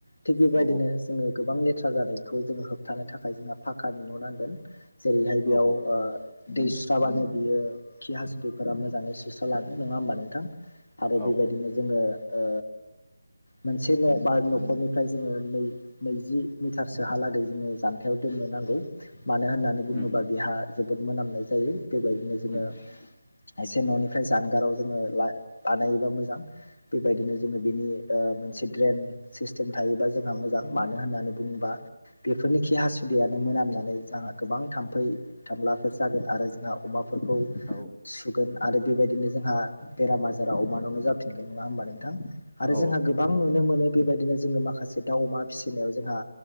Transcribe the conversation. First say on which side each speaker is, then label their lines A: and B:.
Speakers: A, on the left; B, on the left.
A: थिग बेबायदिनो
B: औ
A: जोङो गोबां लेथ्रा जानायखौ जोङो होबथानो थाखाय जोंहा फाखानि न' नांगोन जेरैहाय बेयाव
B: औ
A: ओ दै सुस्राबानो बियो खि हासुदैफोरा मोजाङै सुस्रालाङो नङा होमबा नोंथां? आरो
B: औ
A: बेबायदिनो जोङो ओ मोनसे न' बा न'खरनिफ्राय जोङो नै नैजि मिटारसोहालागै जोङो जानथायाव दोननो नांगौ मानो होननानै बुङोबा
B: उम
A: बेहा जोबोद मोनामनाय जायो बेबायदिनो जोङो
B: उम
A: एसे न'निफ्राय जानगाराव जोङो ला बानायोबा मोजां बेबायदिनो जोङो बिनि ओ मोनसे ग्रेन सिस्टेम थायोबा जोंहा मोजां मानो होननानै बुङोबा बेफोरनि खि हासुदैयानो मोनामनानै जोंहा गोबां थामफै थामलाफोर जागोन आरो जोंहा अमा फोरखौ
B: औ
A: सुगोन आरो बेबायदिनो जोंहा बेराम आजारा अमानावनो जाफिन- गोन नङा होमबा नोंथां आरो
B: औ उम औ
A: जोंहा गोबां नुनो मोनो बेबायदिनो जोङो माखासे दाउ अमा फिसिनायाव जोंहा